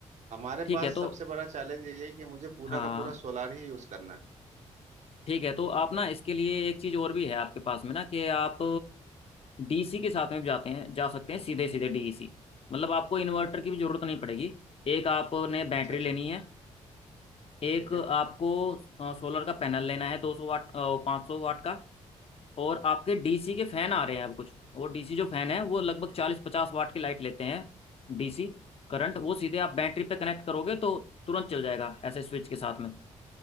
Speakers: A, on the right; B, on the left.
A: हमारे
B: ठीक
A: पास
B: है तो
A: सबसे बड़ा चैलेंज ये है कि मुझे पूरा
B: हाँ
A: का पूरा सोलार ही यूज करना है
B: ठीक है तो आप ना इसके लिए एक चीज़ और भी है आपके पास में ना कि आप डीसी के साथ में भी जाते हैं जा सकते हैं सीधे सीधे डीसी मतलब आपको इन्वर्टर की भी जरूरत नहीं पड़ेगी एक आपने
A: अच्छा
B: बैटरी
A: अच्छा
B: लेनी है एक
A: ठीक
B: आपको
A: है
B: सोलर का पैनल लेना है 200 वाट 500 वाट का और आपके डीसी के
A: ठीक
B: फैन
A: है
B: आ रहे हैं अब कुछ और डीसी जो फैन है वो लगभग
A: जी
B: 40 50 वाट की लाइट लेते हैं डीसी करंट वो सीधे आप बैटरी
A: ठीक
B: पे कनेक्ट
A: है
B: करोगे तो तुरंत चल जाएगा ऐसे स्विच के साथ में